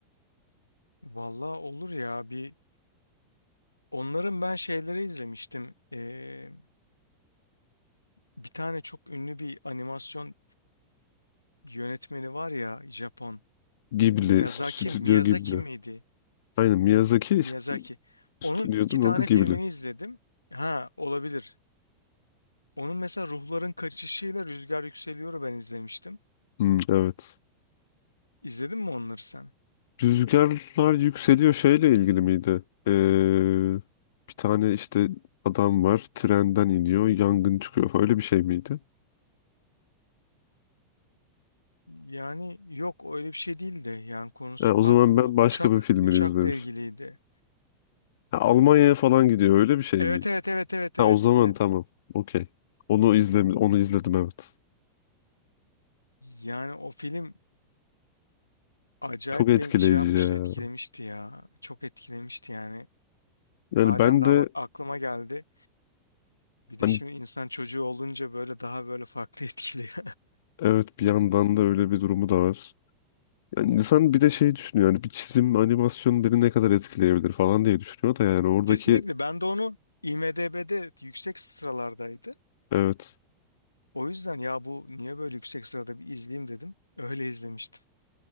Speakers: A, on the left; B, on the left.
A: Valla olur ya bir onların ben şeyleri izlemiştim. Ee, bir tane çok ünlü bir animasyon yönetmeni var ya Japon.
B: Ghibli,
A: Miyazaki,
B: Stü- Stüdyo
A: Miyazaki
B: Ghibli.
A: miydi?
B: Aynen Miyazaki
A: Miyazaki.
B: stüdyonun
A: Onun iki tane
B: adı Ghibli.
A: filmini izledim. Ha olabilir. Onun mesela Ruhların Kaçışı'yla Rüzgar Yükseliyor'u ben izlemiştim.
B: Hmm, evet.
A: İzledin mi onları sen?
B: Rüzgarlar yükseliyor şeyle ilgili miydi? Ee, bir tane işte adam var trenden iniyor yangın çıkıyor falan. öyle bir şey miydi?
A: Yani yok öyle bir şey değildi. Yani konusu
B: Ha, o
A: farklı.
B: zaman
A: Bu
B: ben başka
A: uçak
B: bir filmini
A: uçakla
B: izlemişim.
A: ilgiliydi.
B: Ha, Almanya'ya falan gidiyor öyle bir şey
A: Evet
B: miydi?
A: evet evet evet
B: Ha,
A: evet
B: o zaman
A: evet.
B: tamam okey. Onu izledim, onu izledim evet.
A: Yani o film acayip
B: Çok etkileyici
A: beni şey yapmıştı,
B: ya.
A: etkilemişti ya. Çok etkilemişti yani.
B: Yani
A: Halen
B: ben
A: daha
B: de
A: bak aklıma geldi. Bir
B: hani
A: de şimdi insan çocuğu olunca böyle daha böyle farklı <laughs> etkiliyor.
B: evet bir yandan da öyle bir durumu da var. Yani insan bir de şey düşünüyor yani bir çizim animasyon beni ne kadar etkileyebilir falan diye düşünüyor da yani oradaki
A: Kesinlikle ben de onu IMDb'de yüksek sıralardaydı.
B: evet
A: O yüzden ya bu niye böyle yüksek sırada bir izleyeyim dedim. Öyle izlemiştim.